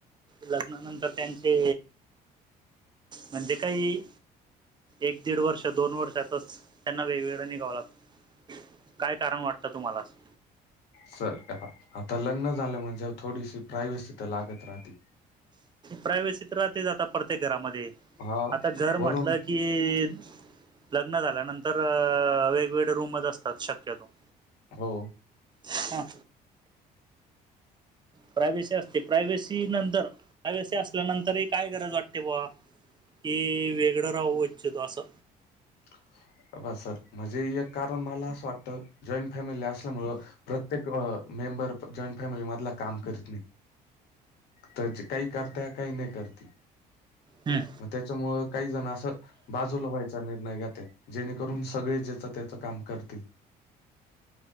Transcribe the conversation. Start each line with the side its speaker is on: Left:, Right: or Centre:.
Right: लग्नानंतर त्यांचे म्हणजे काही. एक दीड वर्ष, दोन वर्षातच, त्यांना वेगवेगळं निघावं लागतं. काय कारण वाटतं तुम्हाला असं.
Left: सर, आता लग्न झालं म्हणजे थोडीशी प्रावेशी त लागत राहती.
Right: प्रावेशी तर राहतेच आता प्रत्येक घरामध्ये,
Left: हा
Right: आता घर
Left: वरून
Right: म्हटलं कि. लग्न झाल्यानंतर अ वेगवेगळे रूमच असतात शक्यतो.
Left: हो,
Right: हा प्राव्हेशी असते प्राव्हेशी नंतर प्राव्हेशी असल्यानंतरय काय गरज वाटते बुवा. की, वेगळं राहू इच्छितो असं.
Left: हे बघा सर, म्हणजे एक कारण मला असं वाटतं जॉईंट फॅमिली असल्यामुळ प्रत्येक अ मेंबर जॉईंट फॅमिली मधला काम करीत नाही. त जे काही करता, काही नही करती,
Right: हम्म,
Left: मग त्याच्यामुळ काही जण असं बाजूला व्हायचा निर्णय घ्या ते जेणेकरून सगळे ज्याच त्याच काम करतील.